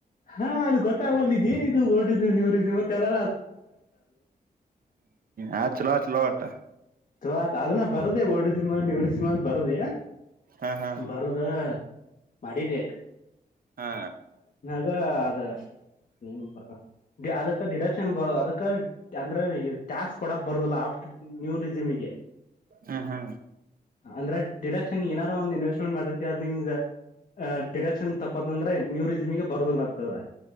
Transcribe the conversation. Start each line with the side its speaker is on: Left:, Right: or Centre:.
Left: ಹಾ ಅದು ಗೊತ್ತಾಗಲ್ಲದ ಇದ ಏನಿದ ರ್ಡಿಸಮ್ ನೀವರಿಸಮ್ ಮತ್ತೆಲ್ಲ
Right: ಆ ಚಲ ಆ ಚಲೋ ಆಟ
Left: ಥೋ ಐತಾ ಅದನ್ನ ಬರ್ದೆ ಒಡ್ ಜಿಮಾನ್ ಇವ್ರ ಜಿಮಾನ್ ಬರ್ದೆ
Right: ಹಾ ಹಾ
Left: ಬರದ್ಯಾ ಮಾಡಿದೆ
Right: ಹಾ
Left: ಯೇ ಅದ ಏ ಬ ಅದಕ್ಕೆ ಡಿಡಕ್ಷನ್ ಬರ ಅದಕ್ ಕರೆಕ್ಟ್ ಅಂದ್ರೆ ಟ್ಯಾಕ್ಸ್ ಕೊಡಕ್ ಬರದಿಲ್ಲ <unintelligible> <unintelligible> ಜಿಮಿಗೆ
Right: ಹಾ ಹಾ
Left: ಅಂದ್ರೆ ಡಿಡಕ್ಷನ್ ಏನ ನಾವು ಒಂದು ಇನ್ವೆಸ್ಟ್ಮೆಂಟ್ ಮಾಡಿರ್ತೀಯ ಅದ ನಿಂಗ ಡಿಟೇಕ್ಷನ್ ತೆಗೊ ಹತಂದ್ರೆ ನೀೂ ರರಿಸಮಿಗೆ ಬರದಿಲ್ಲ ಅಂತದ